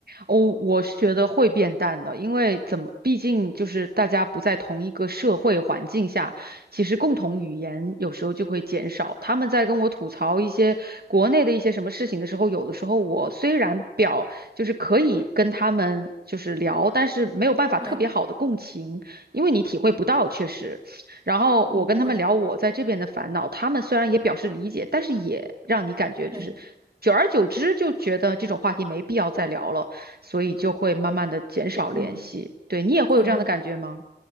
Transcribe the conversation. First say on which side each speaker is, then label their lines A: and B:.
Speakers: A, on the right (about 60°); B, on the right (about 25°).
A: 哦，我是觉得会变淡的，因为怎么，毕竟就是大家不在同一个社会环境下，其实共同语言有时候就会减少。他们在跟我吐槽一些国内的一些什么事情的时候，有的时候我虽然表就是可以跟他们就是聊，但是没有办法特别好的共情，
B: 对，
A: 因为你体会不到，确实。然后我跟他们聊我在这边的烦恼，
B: 嗯，对，
A: 他们虽然也表示理解，但是也让你感觉就是。
B: 对，
A: 久而久之就觉得这种话题没必要再聊了。所以就会慢慢的减少联系。
B: 嗯，
A: 对，你也会有这样的感觉吗？
B: 可能。